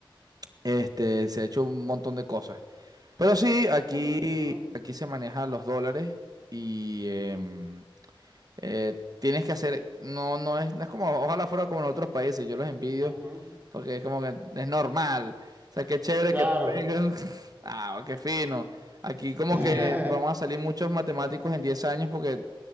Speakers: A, on the right; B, on the right.
A: Este, se ha hecho un montón de cosas. Pero sí, aquí,
B: Eh, ujú,
A: aquí se manejan los dólares y em, eh, tienes que hacer, no, no es, no es como, ojalá fuera como en otros países, yo los envidio
B: ujú.
A: porque es como que es normal. O sea, qué chévere
B: Claro.
A: que te <laughs> Ah, qué fino. Aquí como
B: <laughs>
A: que vamos a salir muchos matemáticos en 10 años porque